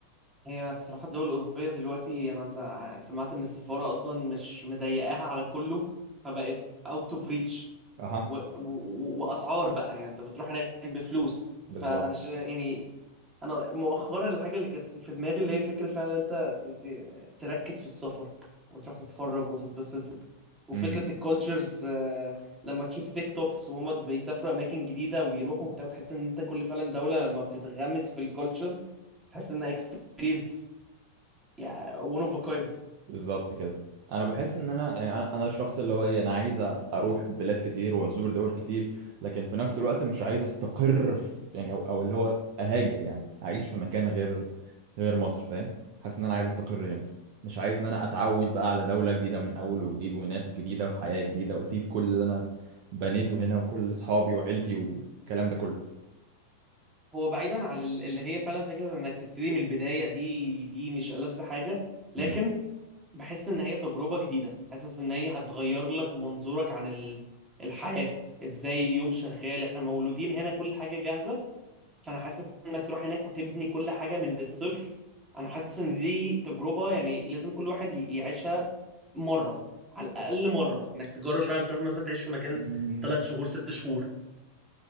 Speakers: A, on the right (about 20°); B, on the right (about 45°).
A: هي الصراحه الدول الاوروبيه دلوقتي انا سع- سمعت ان السفاره اصلا مش مضيقاها على كله فبقت اوت اوف ريتش
B: اها
A: واسعار بقى يعني انت بتروح هناك بفلوس
B: بالظبط
A: فانا ش... يعني انا مؤخرا الحاجه اللي كانت في دماغي اللي هي فكره فعلا انت ت- ت- تركز في السفر وتروح تتفرج وتتبسط و... وفكره
B: امم
A: الكولتشرز لما تشوف تيك توكس وهما بيسافروا اماكن جديده ويروحوا وبتاع تحس ان انت كل فعلا دوله لما بتتغمس في الكولتشر تحس انها اكسبيرينس يعني one of a kind
B: بالظبط كده انا بحس ان انا يعني انا أنا الشخص اللي هو ايه انا عايز اروح بلاد كتير وازور دول كتير لكن في نفس الوقت مش عايز استقر في يعني او او اللي هو اهاجر يعني اعيش في مكان غير غير مصر فاهم حاسس ان انا عايز استقر هنا مش عايز ان انا اتعود بقى على دولة جديدة من اول وجديد وناس جديدة وحياة جديدة واسيب كل اللي انا بنيته هنا وكل اصحابي وعيلتي والكلام ده كله
A: هو بعيدا عن ال- اللي هي فعلا فكره انك تبتدي من البدايه دي دي مش ألذ حاجه لكن
B: امم
A: بحس ان هي تجربة جديدة حاسس ان هي هتغير لك منظورك عن ال- الحياة ازاي اليوم شغال احنا مولودين هنا كل حاجة جاهزة فانا حاسس انك تروح هناك وتبني كل حاجة من الصفر انا حاسس ان دي تجربة يعني لازم كل واحد ي- يعيشها مرة على الاقل مرة انك تجرب فعلا تروح مثلا تعيش في مكان
B: امم
A: ثلاث شهور ست شهور